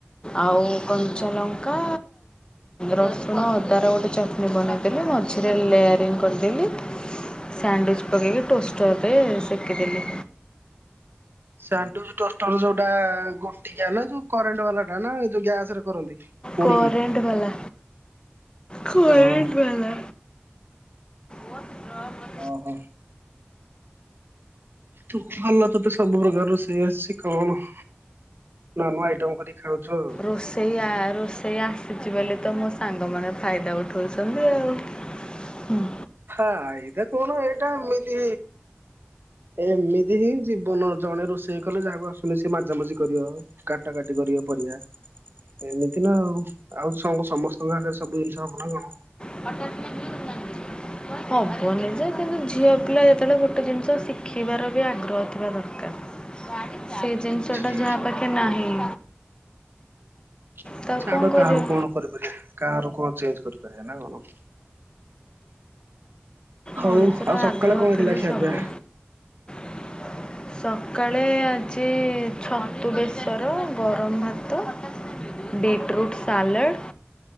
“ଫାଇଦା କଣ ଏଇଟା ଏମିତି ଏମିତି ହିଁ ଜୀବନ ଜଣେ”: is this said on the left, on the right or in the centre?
Right